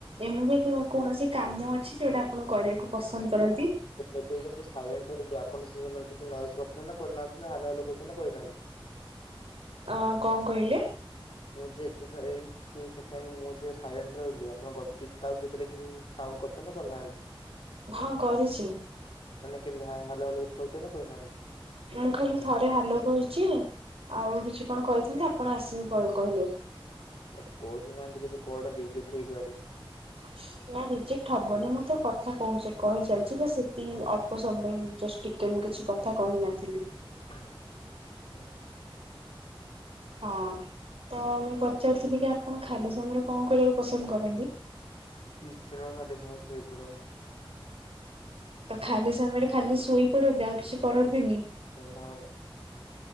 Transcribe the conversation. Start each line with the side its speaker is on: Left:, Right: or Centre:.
Right: ଏମିତି କୌଣସି କାମ ଅଛି ଯୋଉଟା ଆପଣ କରିବାକୁ ପସନ୍ଦ କରନ୍ତି?
Left: ଏବେଯେ ମୁଁ ସାଇଲେଣ୍ଟ ରହିଲି ଆପଣ ସେ ସମୟରେ କିଛି ନଏଜ କରିଚନ୍ତିନା କରିନାହାନ୍ତିନା ହାଲୋ ହାଲୋ କହିଚନ୍ତିନା କହିନାହାନ୍ତି?
Right: ଅ କଁ କହିଲେ?
Left: ମୁଯେ ଏତେ କିଛି ସେକେଣ୍ଡ ମୁଁଯେ ସାଇଲେଣ୍ଟ ରହିଲି ଆପଣ କ ତା ଭିତରେ କିଛି ସାଉଣ୍ଡ କରଚନ୍ତିନା କରିନାହାନ୍ତି।
Right: ହଁ କରିଛି।
Left: ମାନେ କେମିତି ହାଏ ହାଲୋ ହାଲୋ କିଛି କହିଚନ୍ତିନା କହିନାହାନ୍ତି?
Right: ମୁଁ ଖାଲି ଥରେ ହାଲୋ କଉଚି ଆଉ କିଛି କଣ କହିଥାନ୍ତି ଆପଣ ଆସିକି କ କହିଲେ?
Left: ତ କହିନାହାନ୍ତି କିଛି କଲଟା ରିଜେକ୍ଟ ହେଇପାରେ।
Right: <inaudible> ନା ରିଜେକ୍ଟ ହବନି ମୁଁତ କଥା କହୁଚି କହି ଚାଲିଚିଯେ ସେଠି ଅଳ୍ପ ସମୟ ପାଇଁ ଜଷ୍ଟିକ୍ ଯେ ମୁଁ କିଛି କଥା କହିନଥିଲି।
Left: ଅଁହଁ।
Right: ହଁ ତମୁଁ ପଚାରୁଥିଲିକି ଆପଣ ଖାଲି ସମୟରେ କଁ କରିବାକୁ ପସନ୍ଦ କରନ୍ତି?
Left: କିଛିନା ଖାଲି ସମୟ ସୋଇପଢ଼େମୁ।
Right: ତ ଖାଲି ସମୟରେ ଖାଲି ଶୋଇ ପଡ଼ନ୍ତି, ଆଉ କିଛି କରନ୍ତିନି?
Left: କଣ ହେଲା?